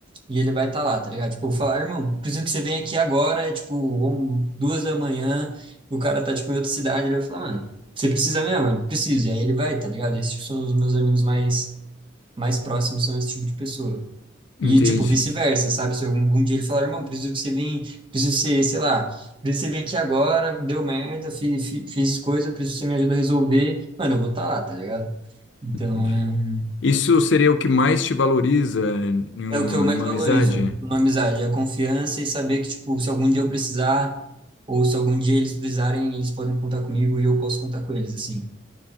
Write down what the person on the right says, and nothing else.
e ele vai estar lá, tá ligado? Tipo, eu vou falar, "Ah, irmão, preciso que você venha aqui agora, é tipo, um- duas da manhã, o cara tá, tipo, em outra cidade, ele vai falar, mano, você precisa mesmo? Ele precisa. E aí ele vai, tá ligado? Esses são os meus amigos mais, mais próximos, são esse tipo de pessoa.
E, tipo, vice-versa, sabe? Se algum dia ele falar, irmão, preciso que você venha, preciso que você, sei lá, preciso que você venha aqui agora, deu merda, fiz, fiz, fiz coisa, preciso que você me ajuda a resolver, mano, eu vou estar lá, tá ligado? Então,
é um
É o que eu mais
valorizo
numa amizade, é a confiança e saber que, tipo, se algum dia eu precisar, ou se algum dia eles precisarem, eles podem contar comigo e eu posso contar com eles, assim.